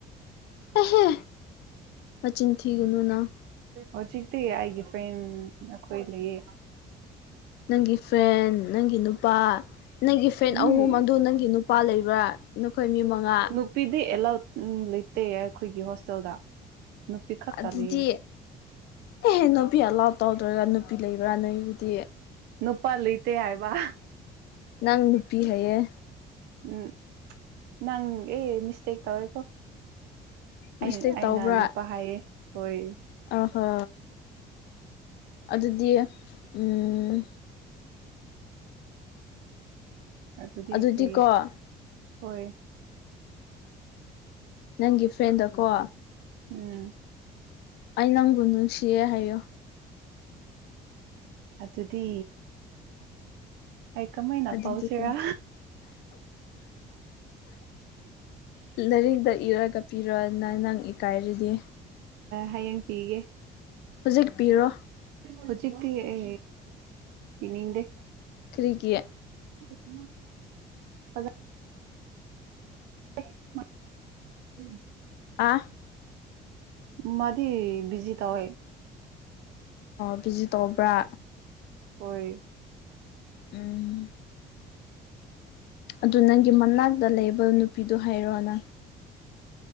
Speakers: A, on the left (about 75°); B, on the right (about 80°).
A: ꯑꯦꯍꯦ ꯃꯆꯤꯟ ꯊꯤꯒꯅꯨ ꯅꯪ
B: ꯍꯧꯖꯤꯛꯇꯤ ꯑꯩꯒꯤ ꯐ꯭ꯔꯦꯟ ꯃꯈꯣꯏ ꯂꯩꯌꯦ
A: ꯅꯪꯒꯤ ꯐ꯭ꯔꯦꯟ ꯅꯪꯒꯤ ꯅꯨꯄꯥ ꯅꯪꯒꯤ ꯐ꯭ꯔꯦꯟ
B: ꯎꯝ
A: ꯑꯍꯨꯝ ꯑꯗꯨ ꯅꯪꯒꯤ ꯅꯨ ꯅꯨꯄꯥ ꯂꯩꯕ꯭ꯔꯥ ꯅꯈꯣꯏ ꯃꯤ ꯃꯉꯥ
B: ꯅꯨꯄꯤꯗꯤ ꯑꯦꯂꯥꯎꯗ ꯂꯩꯇꯦ ꯑꯩꯈꯣꯏꯒꯤ ꯍꯣꯁꯇꯦꯜꯗ ꯅꯨꯄꯤ ꯈꯛꯇ
A: ꯑꯗꯨꯗꯤ
B: ꯂꯩꯌꯦ
A: ꯑꯦꯍꯦ ꯅꯨꯄꯤ ꯑꯂꯥꯎꯗ ꯇꯧꯗ꯭ꯔꯒ ꯅꯨꯄꯤ ꯂꯩꯕ꯭ꯔꯥ ꯅꯣꯏꯒꯤꯗꯤ
B: ꯅꯨꯄꯥꯂꯩꯇꯦ ꯍꯥꯏꯕ
A: ꯅꯪ ꯅꯨꯨꯄꯤ ꯍꯥꯏꯌꯦ
B: ꯎꯝ ꯅꯪ ꯑꯦ ꯃꯤꯁꯇꯦꯛ ꯇꯧꯋꯦꯀꯣ
A: ꯃꯤꯁꯇꯦꯛ
B: ꯑꯩ ꯑꯩꯅ
A: ꯇꯧꯕ꯭ꯔꯥ
B: ꯅꯨꯄꯥ ꯍꯥꯏꯌꯦ ꯍꯣꯏ
A: ꯑ ꯍꯣ ꯑꯗꯨꯗꯤ ꯎꯝ
B: ꯑꯗꯨꯗꯤ
A: ꯑꯗꯨꯗꯤꯀꯣ
B: ꯀꯩ ꯍꯣꯏ
A: ꯅꯪꯒꯤ ꯐ꯭ꯔꯦꯟꯗꯀꯣ
B: ꯎꯝ
A: ꯑꯩ ꯅꯪꯕꯨ ꯅꯨꯡꯁꯤꯌꯦ ꯍꯥꯏꯌꯣ
B: ꯑꯗꯨꯗꯤ ꯑꯩ ꯀꯃꯥꯏꯅ
A: ꯑꯗꯨꯗꯤ
B: ꯄꯥꯎꯁꯤꯔꯥ
A: ꯀꯩꯅꯣ ꯂꯥꯏꯔꯤꯛꯗ ꯏꯔꯒ ꯄꯤꯔꯣꯅ ꯅꯪ ꯏꯀꯥꯏꯔꯗꯤ
B: ꯍꯌꯦꯡ ꯄꯤꯒꯦ
A: ꯍꯧꯖꯤꯛ ꯄꯤꯔꯣ
B: ꯍꯧꯖꯤꯛꯇꯤ ꯑ ꯄꯤꯅꯤꯡꯗꯦ
A: ꯀ꯭ꯔꯤꯒꯤ
B: <unintelligible> <unintelligible>
A: ꯑꯥ
B: ꯃꯗꯤ ꯕꯤꯖꯤ ꯇꯧꯋꯦ
A: ꯕꯤꯖꯤ ꯇꯧꯕ꯭ꯔꯥ
B: ꯍꯣꯏ
A: ꯎꯝ ꯑꯗꯨ ꯅꯪ ꯒꯤ ꯃꯅꯥꯛꯇ ꯂꯩꯕ ꯅꯨꯄꯤꯗ‌ꯣ ꯍꯥꯏꯔꯣꯅ